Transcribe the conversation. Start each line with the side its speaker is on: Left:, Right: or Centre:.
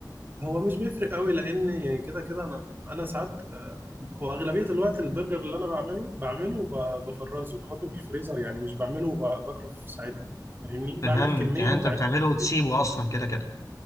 Right: هو مش بيفرق قوي لان كده كده انا انا ساعات آه، واغلبيه الوقت البرجر اللي انا بعمله بعمله وبفرزه بحطه في الفريزر يعني مش بعمله وباكله في ساعتها فاهمني بعمل
Left: فهمت
Right: كميه
Left: يعني
Right: وبعينه
Left: انت بتعمله
Right: في الفريزر
Left: وتسيبه اصلا كده كده